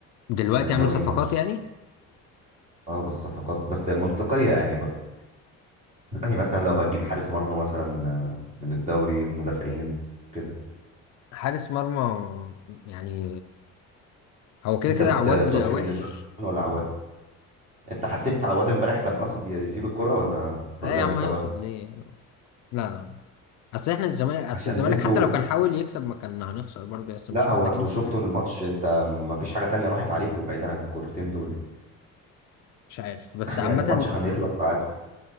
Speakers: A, on the left (about 60°); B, on the right (about 25°).
A: دلوقتي
B: من الدوري
A: عامل صفقات
B: المصري
A: يعني
B: اه بالصفقات بس منطقية يعني برضه يعني مثلا لو هتجيب حارس مرمى مثلا آه، من الدوري مدافعين كده
A: حارس مرمى يعني هو كده
B: انت
A: كده
B: بت...
A: عواد
B: صبحي
A: وحش
B: بالنسبة لك ولا عواد انت حسيت عواد امبارح كان قاصد يسيب الكرة ولا
A: لا
B: ولا ده
A: يا
B: مستواه
A: عم هيقصد ليه لا لا اصل احنا الزمالك اصل
B: عشان
A: الزمالك
B: انتوا
A: حتى لو كان حاول يكسب ما كان هنخسر برضه اصل
B: لا
A: مش
B: هو
A: محتاجين
B: انتوا
A: نسيب
B: شفتوا
A: حاجه
B: الماتش انت ما فيش حاجة تانية راحت عليكم بعيدا عن الكورتين دول يعني
A: مش عارف بس
B: يعني
A: عامة
B: الماتش كان يخلص تعادل